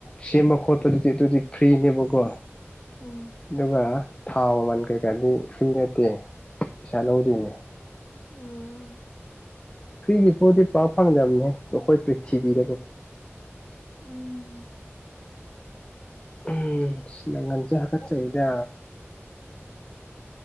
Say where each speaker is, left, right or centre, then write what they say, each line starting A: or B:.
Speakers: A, on the left; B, on the left.
A: ꯁꯦꯝꯕ ꯈꯣꯠꯄꯗꯨꯗꯤ ꯑꯗꯨꯗꯤ ꯐ꯭ꯔꯤꯅꯦꯕꯀꯣ
B: ꯎꯝ
A: ꯑꯗꯨꯒ ꯊꯥꯎ ꯃꯃꯜ ꯀꯩꯀꯥꯗꯤ ꯐ꯭ꯔꯤ ꯅꯠꯇꯦ ꯄꯩꯁꯥ ꯂꯧꯗꯣꯏꯅꯦ
B: ꯑꯧ
A: ꯐ꯭ꯔꯤꯒꯤ ꯄꯣꯠꯇꯗꯤ ꯄꯥꯛ ꯐꯪꯗꯕꯅꯦ ꯑꯩꯈꯣꯏ ꯄ꯭ꯔꯤꯊꯤꯕꯤꯗꯀꯣ
B: <unintelligible>
A: ꯎꯝ ꯏꯁ ꯅꯒꯥꯟꯁꯦ ꯍꯥꯒꯠꯆꯩꯗ